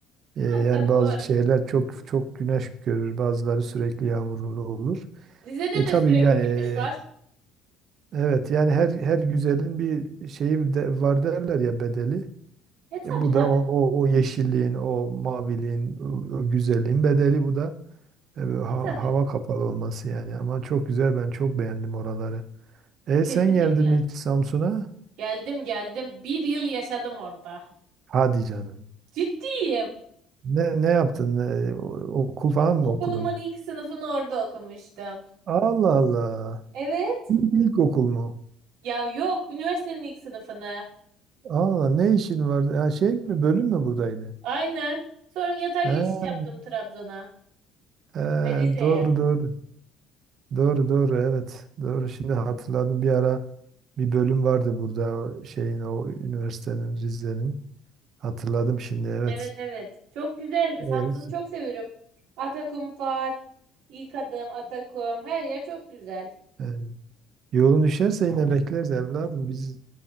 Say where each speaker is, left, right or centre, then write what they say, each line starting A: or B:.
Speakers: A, on the right (about 50°); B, on the right (about 75°).
A: Ee, yani
B: Yani tabii
A: bazı
B: doğru.
A: şehirler çok çok güneş görür bazıları sürekli yağmurlu olur.
B: Rize'de
A: E
B: de
A: tabii
B: sürekli
A: yani e,
B: güneş var.
A: evet yani her her güzelin bir şeyi de var derler ya bedeli.
B: E tabii
A: E, bu
B: tabii.
A: da o, o, o yeşilliğin o maviliğin o, o güzelliğin bedeli bu da E, böyle ha-
B: E tabii.
A: hava kapalı olması yani ama çok güzel ben çok beğendim oraları. E
B: Kesinlikle.
A: sen geldin mi hiç Samsun'a?
B: Geldim geldim. Bir yıl yaşadım orada.
A: Hadi canım.
B: Ciddiyim.
A: Ne, ne yaptın? Ne- o- okul falan mı
B: Okulumun
A: okudun?
B: ilk sınıfını orada okumuştum.
A: Allah Allah.
B: Evet.
A: İlk, ilk okul mu?
B: Ya yok, üniversitenin ilk sınıfını.
A: Allah ne işin vardı? Ya şey mi bölüm mü buradaydı?
B: Aynen. Sonra yatay
A: He,
B: geçiş yaptım Trabzon'a.
A: he,
B: Ay, Rize'ye.
A: doğru doğru. Doğru doğru evet. Doğru şimdi hatırladım bir ara bir bölüm vardı burada o şeyin o üniversitenin Rize'nin. Hatırladım şimdi evet.
B: Evet evet. Çok güzeldi.
A: Evet.
B: Samsun'u çok seviyorum. Atakum Far, ilk Adım, Atakum. Her yer çok güzel.
A: Ee, e, yolun düşerse yine bekleriz evladım. Biz